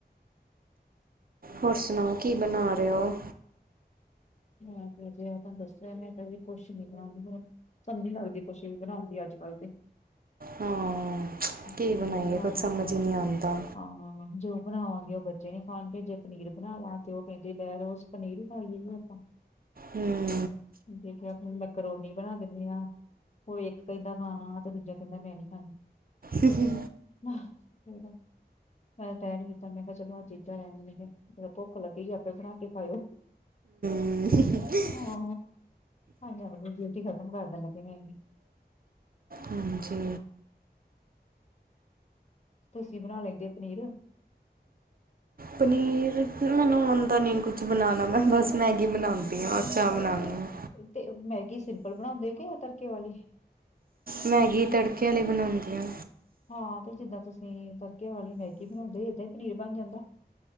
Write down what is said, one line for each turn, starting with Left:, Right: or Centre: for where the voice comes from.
Right: ਹੋਰ ਸੁਣਾਓ? ਕੀ ਬਣਾ ਰਹੇ ਹੋ।
Left: ਮੈਂ ਕਿਹਾ ਜਿਹਾ ਦੱਸਿਆ ਕਹਿੰਦੇ ਕੁਛ ਨਹੀਂ ਬਣ ਰਿਹਾ। ਸਮਝ ਨ ਲੱਗਦੀ ਕੁਛ ਵੀ ਬਣਾਉਂਦੀ ਅੱਜ ਕੱਲ੍ਹ ਤੇ
Right: ਹਾਂ।
Left: ਜੋ
Right: ਕੀ ਬਣਾਈਏ
Left: ਬਣਾਵਾਂਗੇ,
Right: ਕੁਝ ਸਮਝ ਹੀ ਨਹੀਂ ਆਉਂਦਾ
Left: ਹਾਂ ਜੋ ਬਣਾਵਾਂਗੇ ਉਹ ਬੱਚੇ ਨੀ ਖਾਣਗੇ ਜੇ ਪਨੀਰ ਬਣਾ ਲਾ ਤੇ ਉਹ ਕਹਿੰਦੇ ਲੈ ਰੋਜ਼ ਪਨੀਰ ਹੀ ਖਾਈਏ ਜੀ ਆਪਾਂ।
Right: ਹੂੰ
Left: ਦੇਖਿਆ ਆਪਣੇ ਕਰੌਣੀ ਬਣਾ ਦਿੰਦੇ ਆ ਉਹ ਇੱਕ ਕਹਿੰਦਾ ਹਾਂ ਤੇ ਦੂਜਾ ਕਹਿੰਦਾ ਮੈਂ ਨੀ ਖਾਣੀ।
Right: ਹ- ਹ।
Left: ਨਾ ਫ ਮੈਂ ਤਾਂ ਟੈਰ ਨੀ ਦਿੱਤਾ ਮੈਂ ਕਿਹਾ ਚਲੋ ਅੱਜ ਇੱਦਾਂ ਰਹਿੰਦੀ ਮ ਮ ਭੁੱਖ ਲੱਗੀ ਆਪੇ ਬਣਾ ਕੇ ਖਾਇਓ।
Right: ਹਮ। <unintelligible>
Left: ਹਾਂ ਹਜੀ ਆਪਣੀ ਡਿਊਟੀ ਖ਼ਤਮ ਕਰ ਦੇਣ ਲੱਗੇ <unintelligible>
Right: ਹਾਂਜੀ।
Left: ਤੁਸੀਂ ਬਣਾ ਲੈਂਦੇ ਪਨੀਰ।
Right: ਪਨੀਰ ਮੈਨੂੰ ਆਉਂਦਾ ਨੀ ਕੁਛ ਬਣਾਉਂਣਾ ਮੈਂ ਬਸ ਮੈਗੀ ਬਣਾਉਂਦੀ। ਆਪੀਆਂ <unintelligible> ਔਰ ਚਾਹ
Left: ਨਹੀਂ
Right: ਬਣਾਦੀ
Left: ਨਹੀਂ
Right: ਹਾ।
Left: ਤੇ ਮੈਗੀ ਸਿੰਪਲ ਬਣਾਉਂਦੇ ਕੇ ਆ ਤੜਕੇ ਵਾਲੀ?
Right: ਮੈਗੀ ਤੜਕੇ ਆ ਲਈ ਬਣਾਉਂਦੀ ਆ।
Left: ਹਾਂ ਤੇ ਜਿੱਦਾਂ ਤੁਸੀਂ ਵਾਲੀ ਮੈਗੀ ਬਣਾਉਂਦੇ ਏਦਾਂ ਹੀ ਪਨੀਰ ਬਣ ਜਾਂਦਾ।